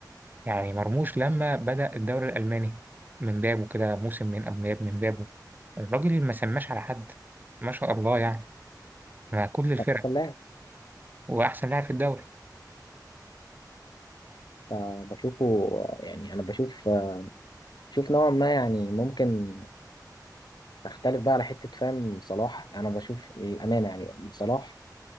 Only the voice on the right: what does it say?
يعني مرموش لما بدأ الدوري الألماني من بابه كده موسم من قبل من بابه الراجل ما سماش على حد ما شاء الله يعني مع كل الفرق
وأحسن لاعب في الدوري